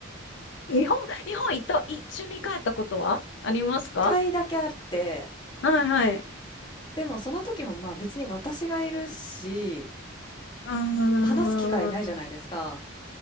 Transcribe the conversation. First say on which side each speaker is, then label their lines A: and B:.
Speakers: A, on the left; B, on the left.
A: 日本、日本行った、一緒に帰ったことはありますか
B: 一回だけあって、
A: はいはい。
B: でもその時もまあ別に私がいるし、
A: うーん。
B: 話す機会ないじゃないですか。